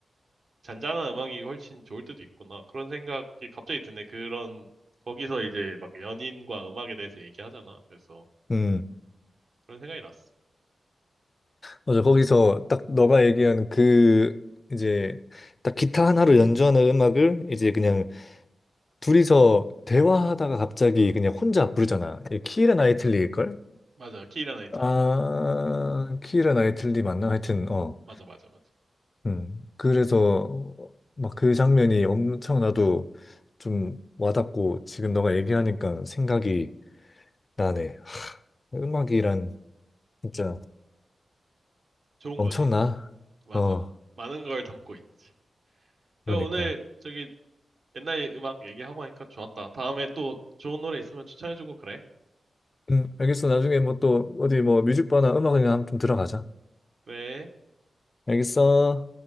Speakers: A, on the right (about 55°); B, on the left (about 30°).
A: 잔잔한 음악이 훨씬 좋을 때도 있구나. 그런 생각이 갑자기 드네. 그런 거기서 이제 막 연인과 음악에 대해서 얘기하잖아. 그래서
B: 응
A: 그런 생각이 났어.
B: 맞아, 거기서 딱 너가 얘기한 그, 이제, 딱 기타 하나로 연주하는 음악을 이제 그냥 둘이서 대화하다가 갑자기 그냥 혼자 부르잖아. 이 키라 나이틀리일걸?
A: 맞아, 키이라 나이틀리.
B: 아, 키라 나이틀리 맞나? 하여튼, 어.
A: 맞아, 맞아, 맞아.
B: 음, 그래서 막 그 장면이 엄청 나도 좀 와닿고 지금 너가 얘기하니까 생각이 나네. 음악이란 진짜
A: 좋은
B: 엄청나.
A: 거지. 맞아.
B: 어,
A: 많은 걸 담고 있지.
B: 그러니까.
A: 야, 오늘 저기 옛날 예- 음악 얘기하고 하니까 좋았다. 다음에 또 좋은 노래 있으면 추천해주고 그래.
B: 음, 알겠어. 나중에 뭐 또 어디 뭐 뮤직바나 음악이나 한번 좀 들어가자.
A: 그래.
B: 알겠어.